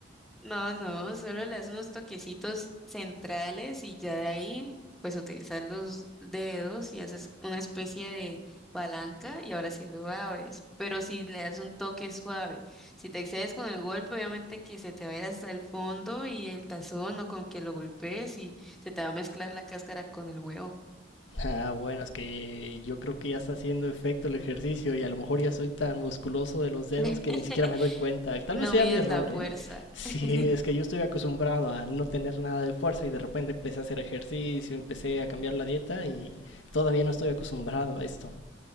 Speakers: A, in the centre; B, on the left.
A: no, no, solo le das unos toquecitos centrales y ya de ahí pues utilizas los dedos y haces una especie de palanca y ahora sí lo abres. Pero si le das un toque suave, si te excedes con el golpe, obviamente que se te va a ir hasta el fondo y el tazón o con que lo golpees y se te va a mezclar la cáscara con el huevo.
B: Ah, bueno, es que yo creo que ya está haciendo efecto el ejercicio y a lo mejor ya soy tan musculoso de los dedos
A: <laughs>
B: que ni siquiera me doy cuenta. Tal
A: No
B: vez sea
A: mides
B: mi error,
A: la fuerza.
B: ¿eh? Sí,
A: <laughs>
B: es que yo estoy acostumbrado a no tener nada de fuerza y de repente empecé a hacer ejercicio, empecé a cambiar la dieta y todavía no estoy acostumbrado a esto.